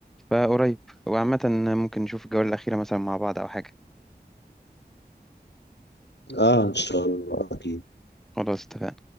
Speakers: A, in the centre; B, on the left.
A: فقريب وعامة ممكن نشوف الجولة الأخيرة مثلا مع بعض أو حاجة
B: آه إن شاء الله أكيد
A: خلاص اتفقنا